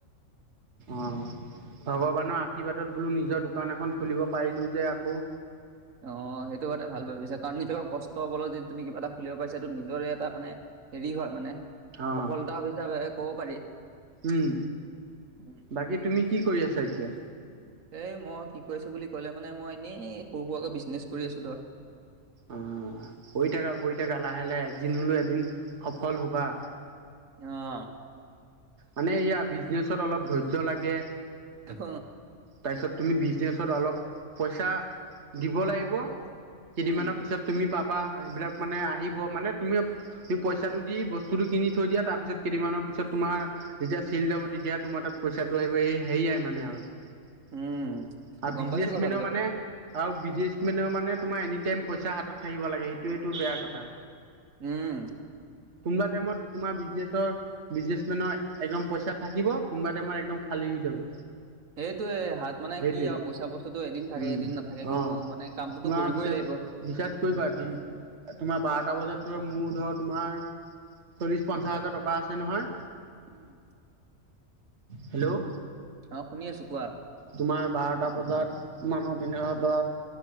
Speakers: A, on the right; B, on the right.
A: অ' ভগৱানৰ আশীৰ্বাদত বোলো নিজৰ দোকান এখন খুলিব পাৰিলো যে আকৌ।
B: অ, সেইটো কথা ভাল ভাবিছা। কাৰণ নিজক কষ্টৰ বলত যদি তুমি কিবা এটা খুলিব পাৰছা, সেইটো নিজৰে এটা মানে হেৰি হয় মানে,
A: অ'।
B: সফলতা হিচাপে ক'ব পাৰি।
A: উম,
B: উম
A: বাকী তুমি কি কৰি আছা এতিয়া?
B: এই মই কি কৰিছো বুলি ক'লে মানে, মই এনেই সৰু সুৰুৰাকৈ বিজনেছ কৰি আছো ধৰ।
A: অ কৰি থাকা কৰি থাকা, লাহে লাহে এদিন হ'লেও এদিন সফল হ'বা।
B: অহ।
A: মানে এয়া বিজনেচত অলপ ধৈৰ্য্য লাগে।
B: ঢখ
A: তাৰপিছত তুমি বিজনেচত অলপ পইচা দিব লাগিব, কেইদিনমানৰ
B: উম
A: পিছত তুমি পাবা, সেইবিলাক মানে আহিব মানে তুমি সেই পইচাটো দি বস্ত- বস্তুটো কিনি থৈ দিয়া, তাৰ পিছত কেইদিনমানৰ পাছত তোমাৰ, যেতিয়া চে'ল যাব তেতিয়া তোমাৰ তাত পইচাটো আহিব। এ সেয়া এ মানে আও
B: উম গম
A: বিজনেছমেনৰ
B: পাইছো কথাটো বাৰুতে
A: মানে আৰু বিজনেচমেনৰ মানে তোমাৰ এনি টাইম পইচা হাতত থাকিব লাগে, সেইটোয়টো বেয়া কথা।
B: উম।
A: কোনোবা টাইমত তোমাৰ বিজনেছৰ, বিজনেমেনৰ একদম পইচা থাকিব, কোনোবা টাইমত একদম খাল- খালি হৈ যাব।
B: সেইটোয়ে হাত মানে
A: সেইটোৱে
B: কি আৰু পইচা বস্তুতটো এদিন থাকে
A: উম
B: এদিন নাথাকে, কিন্তু
A: অ
B: মানে কামটোতো
A: তোমাৰ
B: কৰিবই
A: বিশ্বাস
B: লাগিব।
A: বিশ্বাস কৰিবা দিন, তোমাৰ বাৰটা বজাত ধৰা মোৰ ধৰ- তোমাৰ চল্লিশ, পঞ্চাশ হাজাৰ টকা আছে নহয়।
B: হম।
A: হেল্ল'
B: অ শুনি আছো। কোৱা।
A: তোমাৰ বাৰটা বজাত। মানুহ তেনেকুৱা ত